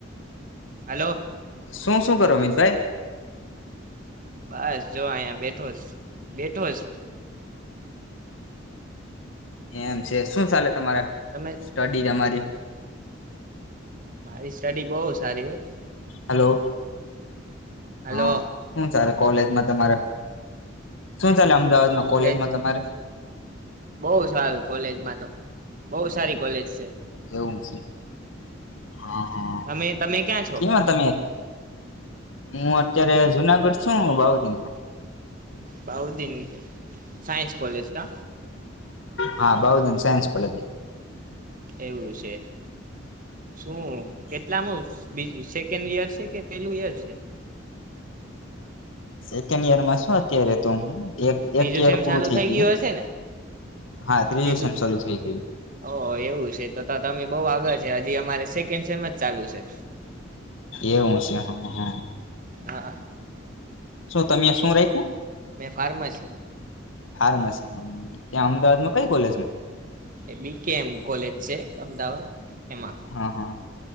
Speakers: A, on the right; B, on the left.
A: hello.
B: શું-શું કરો, મિતભાઈ?
A: બસ જો અહીયા, બેઠોસ, બેઠોસ.
B: એમ છે. શું ચાલે તમારે
A: તમે
B: સ્ટડી, તમારી?
A: મારી સ્ટડી, બો સારી હો.
B: હલો
A: હલો
B: હા, શું ચાલે કોલેજમાં તમારે? શું ચાલે અમદાવાદમાં કોલેજમાં
A: કોલેજ
B: તમારે
A: બોઉં સારું કોલેજમાં તો બોઉ સારી કોલેજ છે.
B: એવું છે, હા, હા,
A: તમે તમે ક્યાં છો
B: કેમ તમે હું અત્યારે જુનાગઢ છું, બાઉ દીનમાં.
A: બાઉદીન સાયન્સ કોલેજ કે?
B: હા, બાઉધન સાયન્સ કોલેજમાં.
A: એવું છે, શું કે? કેટલામું બીજું સેકન્ડ યર છે, કે પેલું યર છે?
B: સેકન્ડ ઈયરમાં શું અત્યારે તો,
A: ત્રીજું
B: એક ઈયર
A: સેમ
B: પૂરું
A: ચાલુ
B: થઇ
A: થઈ
B: ગયું.
A: હશે ને
B: હા, ત્રીજુ
A: ત્રીજું
B: સેમ ચાલું થઈ ગયું.
A: ઓ એવું છે, તો તમે બઉ આગળ છે. હજી અમારે સેકન્ડ સેમ જ ચાલુ છે.
B: એવું છે, હા, હા
A: હા, હા
B: શું તમે, શું રાખ્યું?
A: મેં, ફાર્માસી
B: ફાર્મસી, ત્યાં અમદાવાદમાં કઈ કોલેજમાં?
A: એ બી કે એમ કોલેજ છે, અમદાવાદ એમાં
B: હા હા